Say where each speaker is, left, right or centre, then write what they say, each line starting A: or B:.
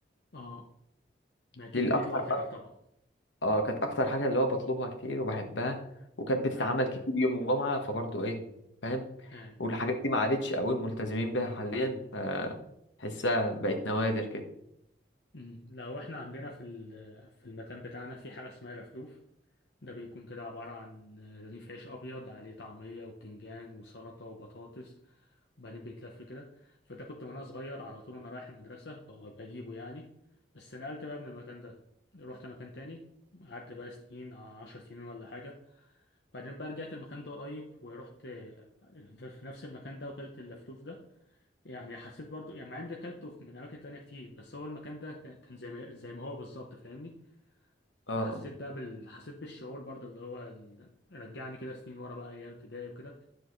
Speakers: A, on the left; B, on the left.
A: اه ما اكيد
B: دي الأكتر
A: من ايد والدتك طبعا
B: اه كانت اكتر حاجه اللي هو بطلبها كتير وبحبها وكانت بتتعمل
A: اي
B: كتير يوم الجمعه فبرضه ايه فاهم
A: اي
B: والحاجات دي ما عادتش قوي ملتزمين بيها حاليا فحسها بقت نوادر كده
A: أمم. لو احنا عندنا في ال- في المكان بتاعنا في حاجه اسمها رفلوف ده بيكون كده عباره عن آه، رغيف عيش ابيض عليه طعميه وبتنجان وسلطه وبطاطس وبعدين بيتلف كده فده كنت وانا صغير على طول وانا رايح المدرسة ب- بجيبه يعني بس نقلت بقى من المكان ده رحت مكان تاني قعدت بقى سنين ع- عشر سنين ولا حاجة بعدين بقى رجعت المكان ده قريب ورحت آه، في نفس المكان ده وكلت اللفلوف ده يعني حسيت برضو يعني مع اني كلته في- من أماكن تانية كتير بس هو المكان ده ك- كان زي ما زي ما هو بالظبط فاهمني فحسيت
B: اه اه
A: ده بال... حسيت بالشعور برضو اللي هو ال- رجعني كده سنين ورا بقى أيام ابتدائي وكده